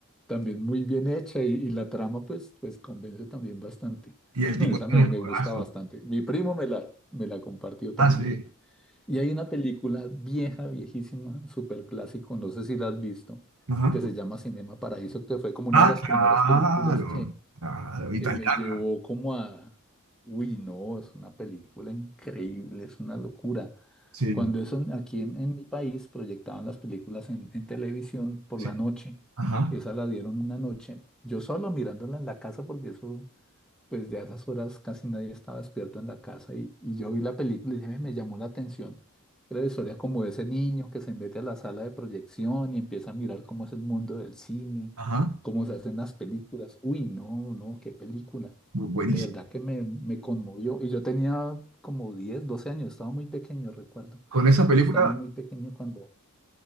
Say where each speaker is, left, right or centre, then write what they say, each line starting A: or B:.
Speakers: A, in the centre; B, on the right.
A: También muy bien hecha y, y la trama pues, pues convence también bastante.
B: Y
A: <laughs>
B: el tipo
A: Esa
B: tiene
A: me,
B: el
A: me
B: corazón.
A: gusta bastante. Mi primo me la, me la compartió también.
B: Ah, sí.
A: Y hay una película vieja, viejísima, súper clásico, no sé si la has visto,
B: Ajá.
A: que se llama Cinema Paraíso, que fue como una
B: Ah,
A: de las
B: claro,
A: primeras películas
B: claro, italiano,
A: que me llevó como a, uy, no, es una película increíble, es una locura.
B: sí,
A: Cuando eso en- aquí en, en mi país proyectaban las películas en, en televisión por
B: sí,
A: la noche,
B: ajá,
A: esa la dieron una noche, yo solo mirándola en la casa porque eso pues ya a esas horas casi nadie estaba despierto en la casa y, y yo vi la película y dije, "Ve, me llamó la atención. Era la historia como de ese niño que se mete a la sala de proyección y empieza a mirar cómo es el mundo del cine,
B: ajá,
A: cómo se hacen las películas. Uy, no, no, qué película.
B: bu- buenísimo.
A: De verdad que me, me conmovió. Y yo tenía como 10 12 años, estaba muy pequeño, recuerdo.
B: Con esa película,
A: Yo estaba muy pequeño cuando,